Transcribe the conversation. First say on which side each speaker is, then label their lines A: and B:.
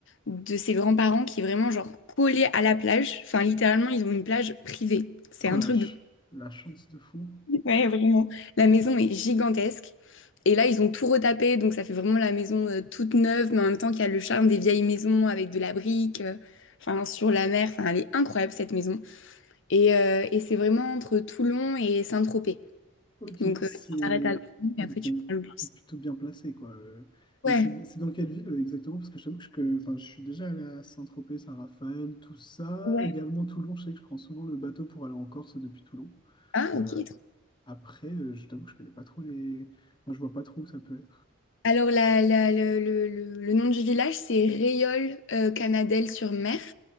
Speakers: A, on the left; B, on the left.
A: de ses grands-parents qui est vraiment, genre, collée à la plage. Enfin, littéralement, ils ont une plage privée. C'est
B: relâche.
A: un truc de
B: La chance de fou.
A: Ouais, vraiment. La maison est gigantesque. Et là, ils ont tout retapé, donc ça fait vraiment la maison euh, toute neuve, mais en même temps qu'il y a le charme des vieilles maisons avec de la brique, euh, enfin sur la mer. Enfin, elle est incroyable cette maison. Et, euh, et c'est vraiment entre Toulon et Saint-Tropez.
B: Ok,
A: Donc
B: c'est...
A: euh, tu t'arrêtes à Toulon
B: ah,
A: et
B: Donc,
A: après
B: t'es,
A: tu prends le bus.
B: t'es plutôt bien placé, quoi. Euh,
A: Ouais.
B: Et c'est c'est dans quelle ville euh, exactement? Parce que je t'avoue que, je que- enfin, je suis déjà allé à Saint-Tropez, Saint-Raphaël, tout ça.
A: Ouais.
B: Également Toulon, je sais que je prends souvent le bateau pour aller en Corse depuis Toulon.
A: Ah,
B: Euh,
A: ok. trop-
B: après, euh, je t'avoue que je connais pas trop les... Enfin, je vois pas trop où ça peut être.
A: Alors la, la- le, le- le- le nom du village, c'est Réole Canadelle-sur-Mer.